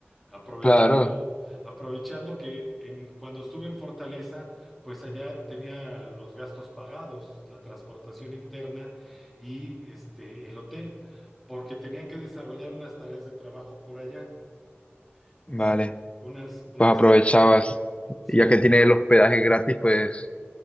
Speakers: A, in the centre; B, on the left.
A: Aprovechando,
B: Claro.
A: aprovechando que en, cuando estuve en Fortaleza, pues allá tenía los gastos pagados, la transportación interna y este, el hotel, porque tenía que desarrollar unas tareas de trabajo por allá. Es,
B: Vale.
A: unas, unas,
B: Pues aprovechabas.
A: es- sí,
B: Ya que tiene el hospedaje gratis, pues